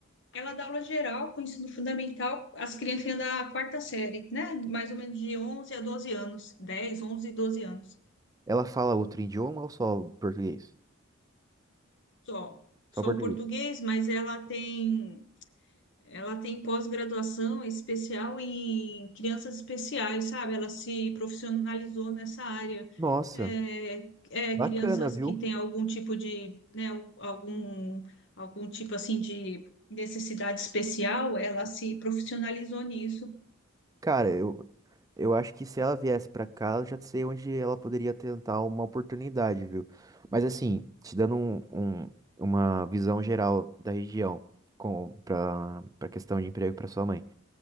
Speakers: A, on the left; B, on the right.
A: Ela dá aula geral com ensino fundamental, as criancinhas da quarta série, né? Mais ou menos de onze a doze anos, dez onze e doze anos.
B: Ela fala outro idioma ou só português?
A: Só, só
B: Só português.
A: o português, mas ela tem ela tem pós-graduação especial em crianças especiais, sabe? Ela se profissionalizou nessa área.
B: Nossa,
A: É, é,
B: bacana,
A: crianças
B: viu?
A: que têm algum tipo de, né, algum, algum tipo assim de necessidade especial, ela se profissionalizou nisso.
B: Cara, eu, eu acho que se ela viesse pra cá, eu já sei onde ela poderia tentar uma oportunidade, viu? Mas assim, te dando um, um- uma visão geral da região com, pra, pra questão de emprego pra sua mãe.